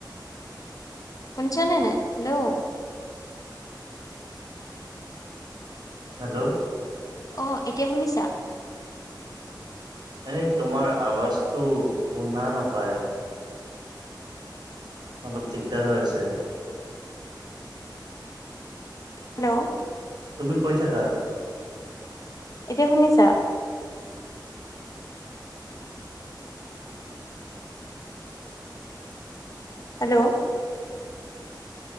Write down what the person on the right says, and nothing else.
হেল্ল'
এই তোমাৰ আৱাজটো শুনা নাপায় অলপ দিগদাৰ হৈ আছে
তুমি কৈ থাকা